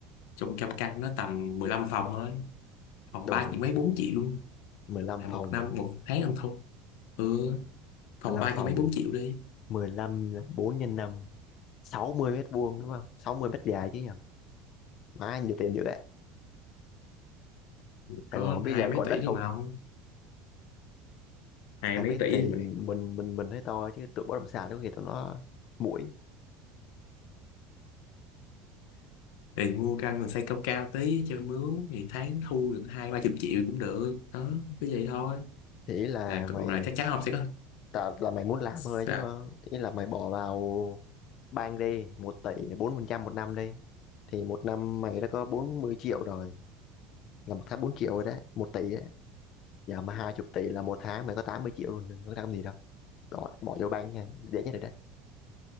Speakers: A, on the left; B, on the left.
A: trong trăm căn nó tầm 15 phòng thôi phòng
B: đủ
A: ba chỉ mấy 4 triệu luôn
B: 15
A: là
B: phòng
A: một năm
B: mà
A: một tháng ăn thôi ừ phòng
B: mười lăm
A: ba
B: phòng
A: chỉ mấy 4 triệu đi
B: 15 4 nhân năm sáu mươi mét vuông đúng không 60 mét dài chứ nhầm má nhiều tiền dữ vậy
A: có
B: Sài Gòn không biết
A: hai
B: giờ
A: mấy
B: còn
A: tỷ
B: đất
A: đi
B: không
A: mà ông hai
B: hai
A: mấy
B: mét
A: tỷ
B: thì
A: đi mà
B: mình mình mình thấy to chứ tụi bất động sản có thì tụi nó muội
A: thì mua căn rồi xây cao cao tí cho mướn thì tháng thu được hai ba chục triệu cũng được đó cứ vậy thôi
B: thì ý là
A: là
B: mày
A: là chắc chắn ông sẽ có
B: tạo là mày muốn làm
A: sao
B: thôi chứ đúng không ý là mày bỏ vào bank đi một tỷ bốn phần trăm một năm đi thì một năm mày đã có 40 triệu rồi là một tháng 4 triệu rồi đấy một tỷ đấy giờ mà hai chục tỷ là một tháng mày có 80 triệu luôn đừng có làm gì đâu bỏ, bỏ vô bank nha dễ nhất rồi đấy